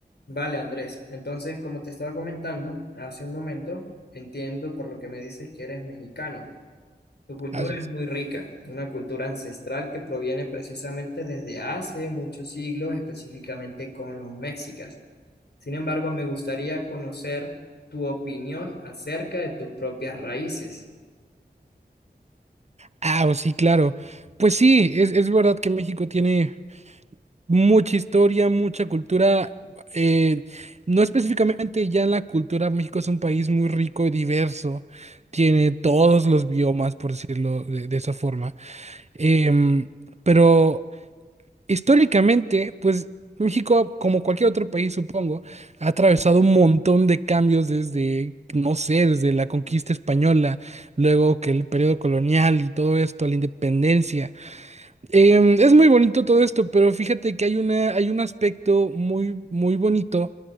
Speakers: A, on the left; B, on the right.
A: Vale, Andrés. Entonces, como te estaba comentando hace un momento, entiendo por lo que me dices que eres mexicano. Tu cultura
B: Gracias.
A: es muy rica, una cultura ancestral que proviene precisamente desde hace muchos siglos, específicamente con los mexicas. Sin embargo, me gustaría conocer tu opinión acerca de tus propias raíces.
B: Ah, oh, sí, claro. Pues sí, es, es verdad que México tiene mucha historia, mucha cultura. eh, no específicamente ya en la cultura, México es un país muy rico y diverso. Tiene todos los biomas, por decirlo de, de esa forma. Em, pero Históricamente, pues México, como cualquier otro país, supongo, ha atravesado un montón de cambios desde, no sé, desde la conquista española, luego que el periodo colonial y todo esto, la independencia. Em, es muy bonito todo esto, pero fíjate que hay una, hay un aspecto muy, muy bonito